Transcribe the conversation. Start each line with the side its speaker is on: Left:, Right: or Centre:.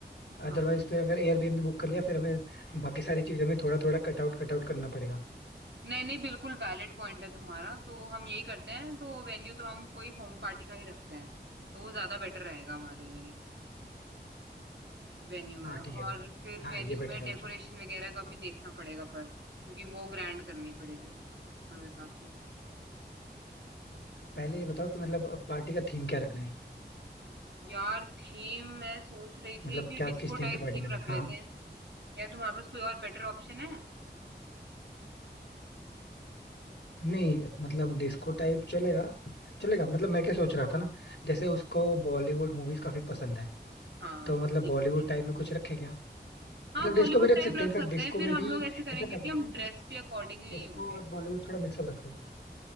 Right: हाँ
Left: अदरवाइज फिर अगर एयरबीएनबी बुक कर लिया फिर हमें बाकी सारी चीजों में थोड़ा थोड़ा कट आउट कट आउट करना पड़ेगा
Right: नहीं नहीं बिल्कुल वैलिड पॉइंट है तुम्हारा तो हम यही करते हैं तो वेन्यू तो हम कोई होम पार्टी का ही रखते हैं तो वो ज्यादा बेटर रहेगा हमारे लिए वेन्यू में
Left: हाँ
Right: और
Left: ठीक है फिर
Right: फिर
Left: हाँ
Right: वेन्यू
Left: ये बेटर
Right: में
Left: है
Right: डेकोरेशन
Left: ऑप्शन
Right: वगैरह का भी देखना पड़ेगा पर क्योंकि वो ग्रैंड करनी पड़ेगी हमें काफी
Left: पहले ये बताओ कि मतलब पार्टी का थीम क्या रखना है
Right: यार थीम मैं सोच रही थी
Left: मतलब
Right: कि
Left: क्या
Right: डिस्को
Left: किस थीम
Right: टाइप
Left: पे पार्टी
Right: थीम
Left: करें
Right: रख लेते
Left: हाँ
Right: हैं या तुम्हारे पास कोई और बेटर ऑप्शन है
Left: नहीं मतलब डिस्को टाइप चलेगा चलेगा मतलब मैं क्या सोच रहा था ना जैसे उसको बॉलीवुड मूवीज काफी पसंद है
Right: हाँ
Left: तो मतलब
Right: ये
Left: बॉलीवुड
Right: तो सही
Left: टाइप
Right: बोला
Left: में कुछ रखें क्या
Right: हाँ
Left: मतलब
Right: बॉलीवुड
Left: डिस्को भी रख
Right: टाइप
Left: सकते
Right: रख
Left: हैं इनफैक्ट
Right: सकते
Left: डिस्को
Right: हैं फिर
Left: में
Right: हम
Left: भी
Right: लोग ऐसे करेंगे
Left: ऐसा कर
Right: कि
Left: सकते
Right: हम
Left: हैं
Right: ड्रेस
Left: कि
Right: पे अकॉर्डिंगली
Left: डिस्को
Right: होंगे
Left: और बॉलीवुड थोड़ा मिक्सअप रख सकते हैं